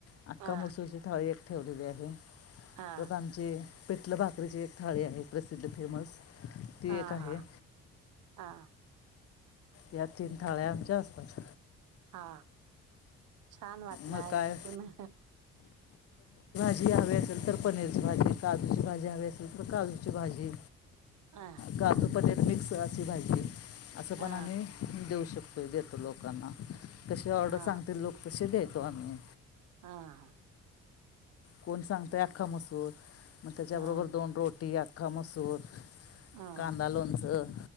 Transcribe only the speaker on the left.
अखक्ख
मसूरची थाळी एक ठेवलेली आहे
तरत आमची पेटल भाकरीची एक थाळी आहे प्रसिद्ध फेमस ती
एक आहे
या तीन थाळ्या आमच्या आसपास
मग काय
जी हवी असेल तर पनीरची भाजी काजूची भाजी हवी असेल तर काजूची भाजी
काजं पनीर मिक्स अशी भाजी आहे असं
पण आम्ही देऊ शकतो देतो लोकांना तशी ऑर्डर
सांगते लो तशी द्याेतो आ्ही
कोण सांगतोय अख्खा मसूर मग त्याच्याबरोबर
दोन रोटी अख्खा मसूर
कांदा लणसं